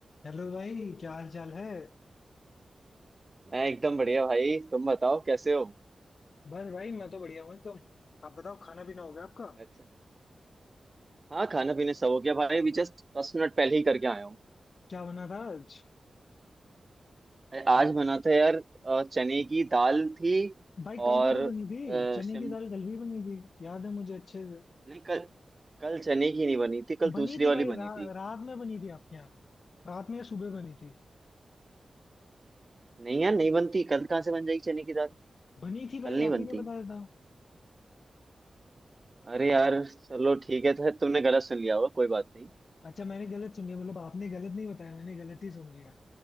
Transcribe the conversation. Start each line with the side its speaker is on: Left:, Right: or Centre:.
Left: Hello भाई क्या हाल चाल है
Right: मैं एकदम बढ़िया भाई तुम बताओ कैसे हो
Left: बस भाई मैं तो बढ़िया हूँ एकदम आप बताओ खाना पीना हो गया आपका
Right: अच्छा हाँ खाना पीना सब हो गया भाई अभी जस्ट दस मिनट पहले ही करके आया हूँ
Left: क्या बना था आज
Right: अरे, आज बना था यार अ, चने की दाल थी
Left: भाई कल
Right: और
Left: भी तो बनी
Right: अ,
Left: थी चने
Right: शिम
Left: की दाल कल भी बनी थी याद है मुझे अच्छे से
Right: नहीं कल कल चने की नहीं बनी थी कल
Left: बनी
Right: दूसरी
Left: थी
Right: वाली
Left: भाई
Right: बनी
Left: रा,
Right: थी
Left: रात में बनी थी आपके यहाँ रात में या सुबह बनी थी
Right: नहीं यार नहीं बनती कल कहाँ से बन जाएगी चने की दाल
Left: बनी थी भाई
Right: कल नहीं
Left: आप
Right: बनती
Left: ही ने बताया था
Right: अरे यार चलो ठीक है तो तुमने गलत सुन लिया होगा कोई बात नहीं
Left: अच्छा मैंने गलत सुन लिया मतलब आपने गलत नहीं बताया मैंने गलत ही सुन लिया